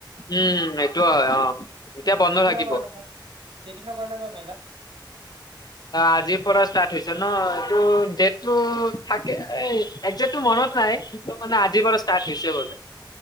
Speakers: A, on the left; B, on the right.
A: উম সেইটো হয় অ' এতিয়া বন্ধ
B: কেইদিনৰ
A: থাকিব।
B: কাৰণে বা <unintelligible> মেলা।
A: আজিৰ পৰা ষ্টাৰ্ট হৈছে ন এইটো ডেট টো থাকে এই এক্সেতটো মনত নাই, কিন্তু মানে আজিৰ পৰা ষ্টাৰ্ট হৈছে বোলে।